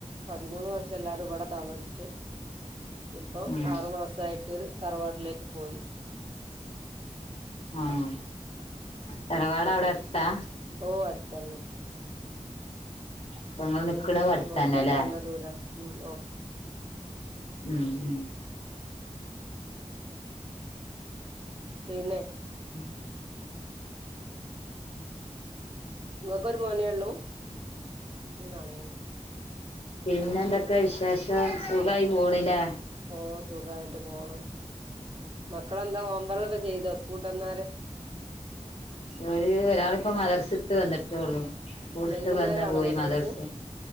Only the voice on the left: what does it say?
ഉം
ആഹ് തറവാട് അവടെ അട്ത്താ
ഇപ്പങ്ങൾ
നിക്ക്ണവു
അട്ത്തന്നെല്ലേ
ഉം ഉം
ഉം
പിന്നെന്തൊക്കെ വിശേഷം സുഖായി പോണ്ല്ലേ
ഒര് ഒരാള്പ്പം മദ്രസ്സ്ട്ട് വന്ന്ട്ടോള്ളു സ്കൂൾട്ട്
വന്ന് പോയി
മദർസ്